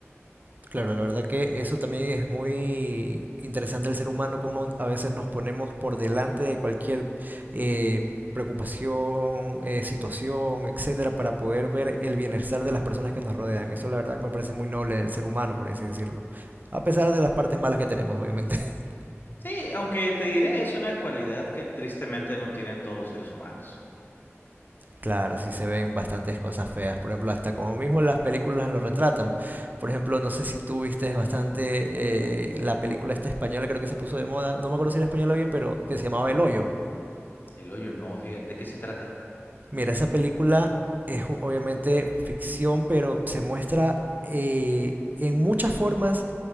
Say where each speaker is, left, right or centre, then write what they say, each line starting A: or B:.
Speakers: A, on the right; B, on the left.
A: Claro, la verdad que eso también es muy interesante el ser humano, como a veces nos ponemos por delante de cualquier eh, preocupación, eh, situación, etcétera, para poder ver el bienestar de las personas que nos rodean. Eso la verdad que me parece muy noble del ser humano, por así decirlo. A pesar de las partes malas que tenemos, obviamente. <laughs>
B: Sí, aunque te diré, es una cualidad que tristemente no tienen todos los seres humanos.
A: Claro, sí se ven bastantes
B: Sí.
A: cosas feas. Por ejemplo, hasta como mismo las películas lo retratan. Por ejemplo, no sé si tú viste bastante eh, la película esta española, creo que se puso de moda. No me acuerdo si era española bien, pero que se llamaba El Hoyo.
B: El hoyo no, fíjate, ¿de qué se trata?
A: Mira, esa película es u- obviamente ficción, pero se muestra eh, en muchas formas